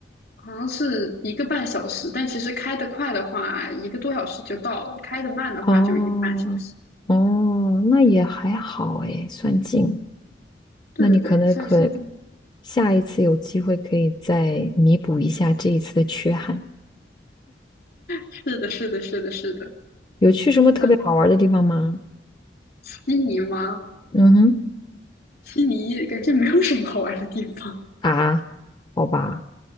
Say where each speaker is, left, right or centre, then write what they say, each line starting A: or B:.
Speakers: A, on the left; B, on the left.
A: 好像是一个半小时，但其实开得快的话，一个多小时就到了；开得慢的话，
B: 哦哦，
A: 就一个半小时。
B: 那也还好诶，算近。
A: 对对对，
B: 那你可能可
A: 像限定，
B: 下一次有机会可以再弥补一下这一次的缺憾。
A: 是的，是的，是的，是的。
B: 有去什么特别好玩的地方吗？
A: 嗯，悉尼吗？
B: 嗯哼，
A: 悉尼感觉没有什么好玩的地方。
B: 啊，好吧，